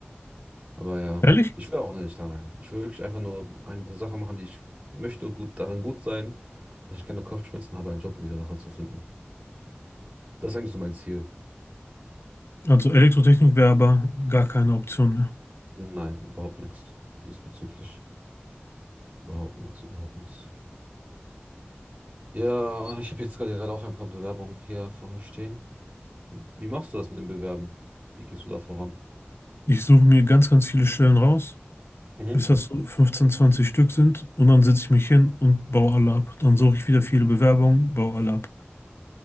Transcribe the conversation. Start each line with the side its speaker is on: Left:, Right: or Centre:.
Right: Aber ja,
Left: Ehrlich?
Right: ich will auch nicht da rein. Ich will wirklich einfach nur eine Sache machen, die ich möchte, gut darin gut sein, dass ich keine Kopfschmerzen habe, einen Job in dieser Sache zu finden. Das ist eigentlich so mein Ziel.
Left: Also Elektrotechnik wäre aber gar keine Option mehr.
Right: Nein, überhaupt nichts diesbezüglich. Überhaupt nichts, überhaupt nichts. Ja, ich habe jetzt gerade gerade auch ein paar Bewerbungen hier vor mir stehen. Wie machst du das mit dem Bewerben? Wie gehst du da voran?
Left: Ich suche mir ganz, ganz viele Stellen raus,
Right: Mhm.
Left: bis das so 15, 20 Stück sind und dann setze ich mich hin und baue alle ab. Dann suche ich wieder viele Bewerbungen, baue alle ab.